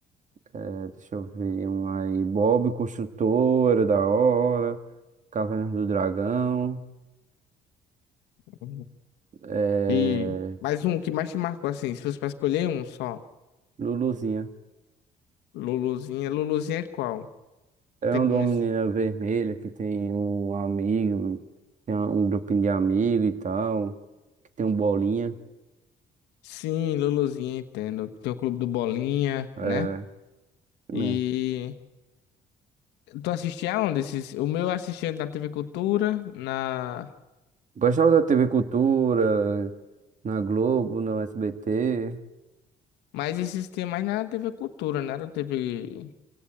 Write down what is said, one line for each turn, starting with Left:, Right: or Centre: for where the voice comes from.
Right: é, deixa eu ver, um aí. Bob Construtor, era da hora. Caverna do Dragão.
Left: Uhum.
Right: É,
Left: E mais um que mais te marcou, assim, se fosse pra escolher um só.
Right: Luluzinha.
Left: Luluzinha. Luluzinha é qual?
Right: É
Left: Tem
Right: um
Left: como...
Right: de uma
Left: es-
Right: menina vermelha que tem um amigo, tem um grupinho de amigos e tal, que tem um bolinha.
Left: Sim, Luluzinha, entendo. Tem o Clube do Bolinha,
Right: É,
Left: né?
Right: mesmo.
Left: E tu assistia aonde esses? O meu eu assistia na TV Cultura, na...
Right: Gostava da TV Cultura, na Globo, no SBT.
Left: Mas esses tinha mais na TV Cultura, né? Na TV